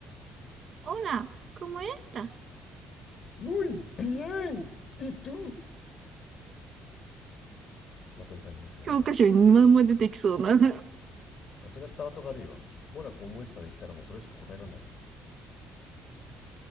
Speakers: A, on the right; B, on the left.
A: ほら、como esta？
B: muy bien y tú まあという感じですね。
A: 教科書ににまんま出てきそうな。<laughs> か
B: いやそれはスタートが悪いわ。オラコモエスタで来たらもうそれしか答えられないな。